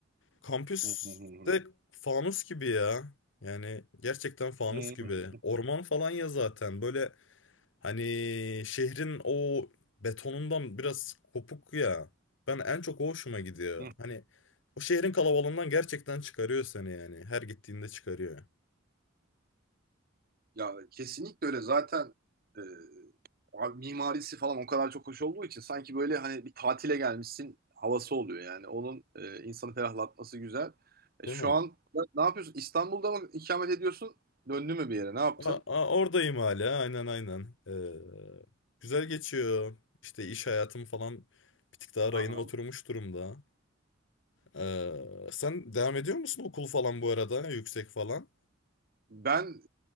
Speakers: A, on the left; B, on the right.
A: Kampüs
B: hı
A: de fanus gibi ya. Yani gerçekten fanus
B: hı
A: gibi.
B: hı
A: Orman falan ya zaten. Böyle Hani şehrin o betonundan biraz kopuk ya. Ben en çok o hoşuma gidiyor.
B: hı.
A: Hani o şehrin kalabalığından gerçekten çıkarıyor seni yani. Her gittiğinde çıkarıyor.
B: Ya kesinlikle öyle. Zaten e, abi mimarisi falan o kadar çok hoş olduğu için sanki böyle hani bir tatile gelmişsin havası oluyor yani. Onun e, insanı ferahlatması güzel. E,
A: Değil
B: şu
A: mi?
B: an ne yapıyorsun? İstanbul'da mı ikamet ediyorsun? döndün mü bir yere? Ne yaptın?
A: A- a- oradayım hala. Aynen aynen. Ee, güzel geçiyor. İşte iş hayatım falan bir tık daha
B: Aha.
A: rayına oturmuş durumda. Ee, sen devam ediyor musun okul falan bu arada? Yüksek falan.
B: Ben